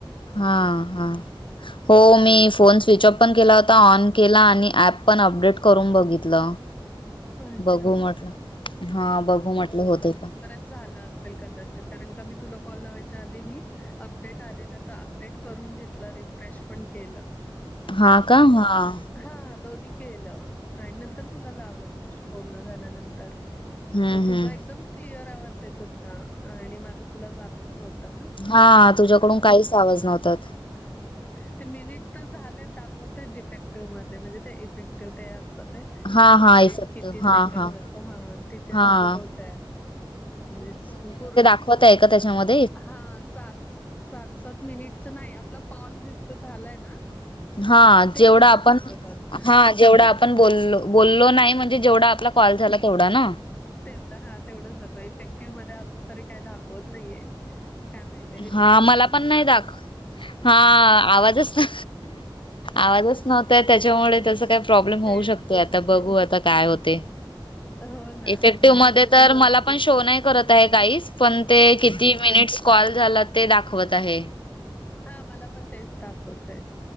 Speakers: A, on the left; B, on the left.
A: हा
B: अस
A: हा हो! मी फोन स्विच ऑफ पण केला होता ऑन केला, आणि ऍप पण, अपडेट करून बघितलं
B: अच्छा
A: बघू म्हटलं हा बघू म्हटलं होत का?
B: कणी तुला कॉलयच्या आध मी अपडेट आ! ! अपडेट करून घेतला रिफ्रेश पण केला
A: हा का हा! !
B: हा दोन्ही केलं आणि नंतर तुला लावलं तुझ्याशी बोलणं झाल्यानंतर
A: हं
B: तर तुझा
A: हं
B: एकदम क्लिअर आवाज येत होता. आणि माझा तुला जातच नव्हता! ना
A: हा तुझ्याकडून काहीच आवाज नव्हतात.
B: अह! ! ते मिनिट तर झालेत दाखवतय डिफेक्टिव्ह मध्ये, म्हणजे ते इफेक्टिव्ह ते असं ते
A: हां
B: पहिले
A: हां इफेक्टिव्ह
B: किती सेकंदच
A: हां हां
B: हां तिथ
A: हां
B: दाखवतय मिनिट्स उम पूर्ण
A: होतंय का त्याच्यामध्
B: हा सात सा सात सात मिनिटच नाही आपला कॉल जितकं झालंय ना?
A: हां
B: ते
A: जेवढं
B: मिनिट
A: आपण
B: दाखवतात
A: हा जेवढं आप पण बोललो बोललो नाही म्हणजे जेवढा आपला कॉल झाला तेवढा ना-?
B: तेवढं हा तेवढंच दाखव इफेक्टिव्ह मध्ये अजून तरी, काही दाखवत नाहीये काय माहित
A: हां मला पण नाही दाख हां आवाजच ना आवाजच नव्हता येतं त्याच्यामुळे त्याचं काय - प्रॉब्लेम होऊ
B: तेच
A: शकतोय आता
B: ना.
A: बघू आता काय होतंय.
B: हो ना
A: इफेक्टिव्ह
B: आणि
A: मध्ये
B: मेसेज
A: तर मला पण शो. तो नाही करत आहे गाईज पण ते किती मिनिट्स कॉल झाला ते दाखवत आहे.
B: हा मला पण तेच दाखवतयं